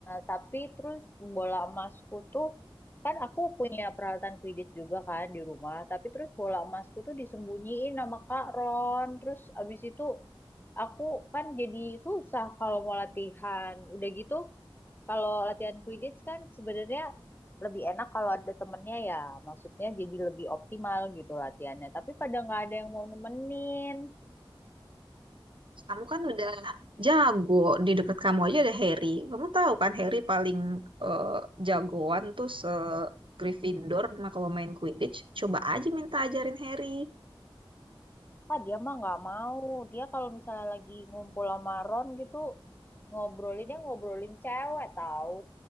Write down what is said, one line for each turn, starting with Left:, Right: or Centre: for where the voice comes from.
Left: tapi terus bola emasku tuh kan aku punya peralatan Quidditch juga kan di rumah, tapi terus bola emasku tuh disembunyiin sama Kak Ron. Terus abis itu aku kan jadi susah kalau mau latihan. Udah gitu Kalau latihan Quidditch kan sebenarnya lebih enak kalau ada temennya ya, maksudnya jadi lebih optimal gitu latihannya. Tapi pada nggak ada yang mau nemenin.
Right: Kamu kan udah jago di dekat kamu aja ada Harry. Kamu tahu kan Harry paling eh, jagoan tuh se Gryffindor nah, kalau main Quidditch. Coba aja minta ajarin Harry.
Left: Ah dia mah nggak mau. Dia kalau misalnya lagi ngumpul sama Ron gitu ngobrolin dia ngobrolin cewek tahu.